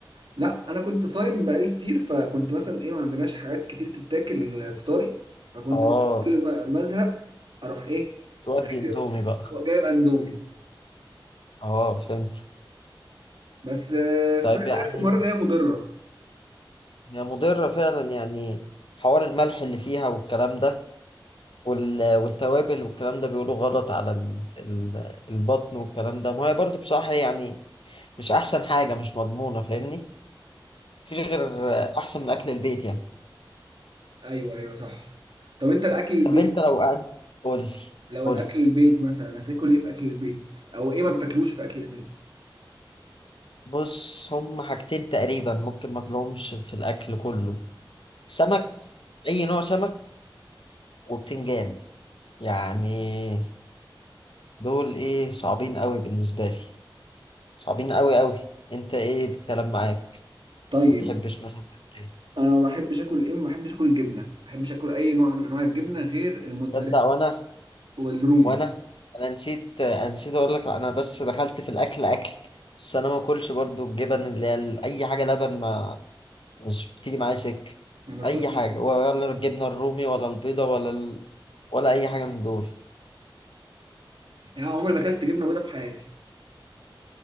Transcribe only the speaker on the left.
اه
تودي
اندومي
بقى
اه فهمت
طيب يعني
هي مضرة فعلا يعني حوار الملح اللي فيها والكلام ده وال- والتوابل والكلام ده بيقولوا غلط على ال- ال- البطن والكلام ده ما هي برضه بصراحة يعني مش أحسن حاجة مش مضمونة فاهمني مفيش غير أحسن من أكل البيت يعني
طب أنت لو قعدت قولي
قولي
بص هم حاجتين تقريبا ممكن ماكلهمش في الأكل كله سمك أي نوع سمك وبتنجان يعني دول إيه صعبين قوي بالنسبة لي صعبين قوي قوي انت ايه الكلام معاك
ما تحبش مثلا تاكل ايه
تصدق وانا
وانا انا نسيت انا نسيت اقول لك انا بس دخلت في الاكل اكل بس انا ما اكلش برضو الجبن اللي هي ال- اي حاجه لبن ما مش بتيجي معايا سكه
اي حاجه
ولا الجبنه الرومي ولا البيضه ولا ال... ولا اي حاجه من دول